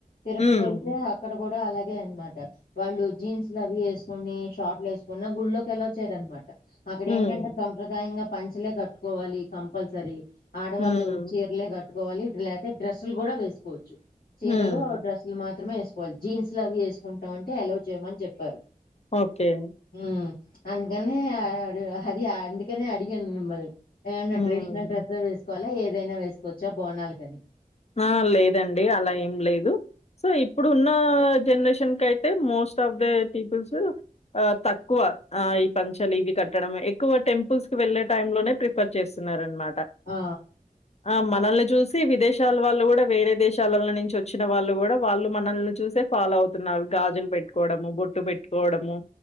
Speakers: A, on the left; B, on the left.
A: తిరుపతి
B: హ్మ్.
A: వెళ్తే అ అక్కడ కూడా అలాగే అనమాట, వాళ్ళు జీన్స్లు అవి వేసుకొని షార్ట్లు వేసుకుని గుళ్ళోకి ఎలవ్ చేయరన్నమాట, అక్కడ
B: హ్మ్.
A: ఏంటంటే సంప్రదాయంగా పంచలే కట్టుకోవాలి కంపల్సరీ ఆడవాళ్ళు
B: హ్మ్.
A: చీరలే కట్టుకోవాలి, లేకపోతే డ్రెస్సులు కూడా వేసుకోవచ్చు. చీరలు,
B: హ్మ్.
A: డ్రెస్ లు మాత్రమే వేసుకోవాలి జీన్సులు అవి వేసుకుంటామంటే ఎలవ్ చేయమని చెప్పారు.
B: ఓకే
A: ఉమ్ అందుకనే అది అందుకనే అడిగాను మిమ్మల్ ఏమన్నా
B: హ్మ్.
A: ట్రెడిషనల్ డ్రెస్ లే వేసుకోవాలా, ఏదైనా వేసుకోవచ్చా బోనాలకి అని
B: ఆ లేదండి అలా ఏం లేదు. సో ఇప్పుడు ఉన్న జనరేషన్ కి అయితే మోస్ట్ ఆఫ్ ద పీపుల్స్ ఆ తక్కువ ఆ ఈ పంచలు ఇవి కట్టడం, ఎక్కువ టెంపుల్స్ కి వెళ్ళే టైం లోనే ప్రిఫర్ చేస్తున్నారనమాట
A: ఆ
B: ఆ మనల్ని చూసి విదేశ దేశాల వాళ్ళు కూడా వేరే దేశాల నుంచి వచ్చిన వాళ్ళు కూడా వాళ్ళు మనల్ని చూసే ఫాలో అవుతున్నారు గాజులు పెట్ కోవడము, బొట్టు పెట్టుకోవడము